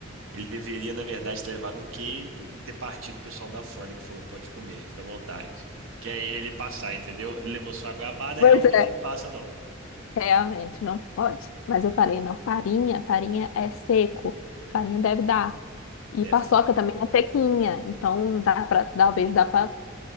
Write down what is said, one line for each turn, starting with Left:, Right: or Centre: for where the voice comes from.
Right: Ele deveria, na verdade, ter levado um queijo e ter partido o pessoal da alfândega que falou, pode comer, fica à vontade. Que aí é ele ia passar, entendeu? Ele levou só a goiabada,
Left: Pois
Right: realmente
Left: é.
Right: não passa, não.
Left: Realmente, não pode. Mas eu falei, não, farinha, farinha é seco. Farinha deve dar. E
Right: Deve
Left: paçoca
Right: dar.
Left: também é sequinha. Então, dá pra, talvez dá pra